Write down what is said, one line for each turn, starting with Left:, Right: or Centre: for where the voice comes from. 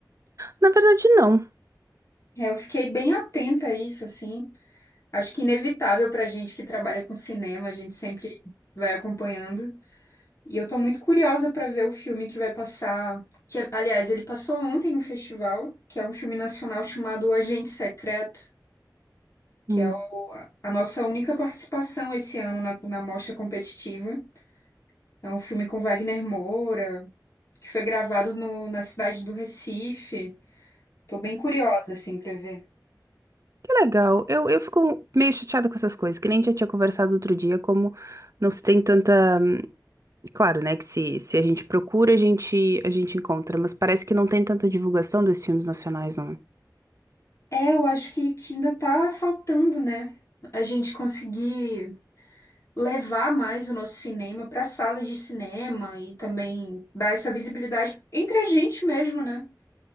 Right: Na verdade, não.
Left: É, eu fiquei bem atenta a isso, assim. Acho que inevitável para gente que trabalha com cinema, a gente sempre vai acompanhando. E eu tô muito curiosa para ver o filme que vai passar. Que, aliás, ele passou ontem no festival, que é um filme nacional chamado O Agente Secreto, que
Right: Hum.
Left: é o- a nossa única participação esse ano na, na mostra competitiva. É um filme com Wagner Moura. que foi gravado no- na cidade do Recife. Tô bem curiosa, assim, pra ver.
Right: Que legal. Eu, eu fico meio chateada com essas coisas, que nem a gente já tinha conversado outro dia, como não se tem tanta. Claro, né? Que se, se a gente procura, a gente, a gente encontra, mas parece que não tem tanta divulgação desses filmes nacionais, não.
Left: É, eu acho que, que ainda tá faltando, né? A gente conseguir levar mais o nosso cinema para salas de cinema e também dar essa visibilidade entre a gente mesmo, né?